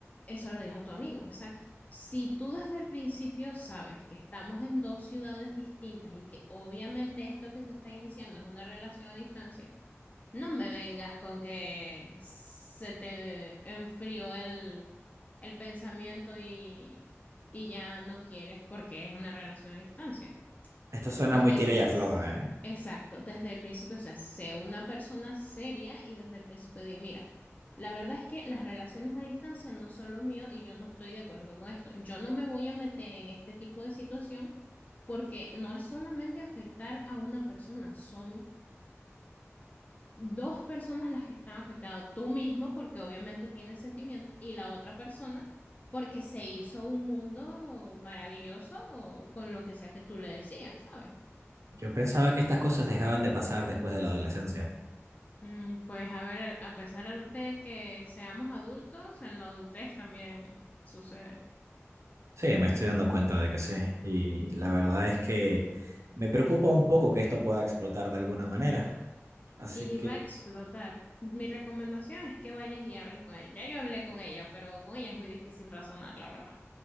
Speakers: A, on the left; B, on the right.
A: Eso lo dijo tu amigo, exacto. Si tú desde el principio sabes que estamos en dos ciudades distintas y que obviamente esto que se está iniciando es una relación a distancia, no me vengas con que se te enfrió el, el pensamiento y, y ya no quieres porque es una relación a distancia.
B: Esto suena
A: Desde
B: muy tira
A: el principio.
B: y afloja, ¿eh?
A: Exacto, desde el principio, o sea, sé una persona seria y desde el principio di, mira, la verdad es que las relaciones a distancia no son lo mío y yo no estoy de acuerdo con esto. Yo no me voy a meter en este tipo de situación porque no es solamente afectar a una persona, son dos personas las que están afectadas, tú mismo porque obviamente tienes sentimientos y la otra persona porque se hizo un mundo maravilloso con lo que sea que tú le decías, ¿sabes?
B: Yo pensaba que estas cosas dejaban de pasar después de la adolescencia.
A: Mm, Pues a ver, a pesar de que seamos adultos, en la adultez también sucede.
B: Sí, me estoy dando cuenta de que sí. Y la verdad es que me preocupa un poco que esto pueda explotar de alguna manera. Así
A: Y
B: que,
A: va a explotar. Mi recomendación es que vayas y hables con ella. Ya yo hablé con ella, pero con ella es muy difícil razonar, la verdad.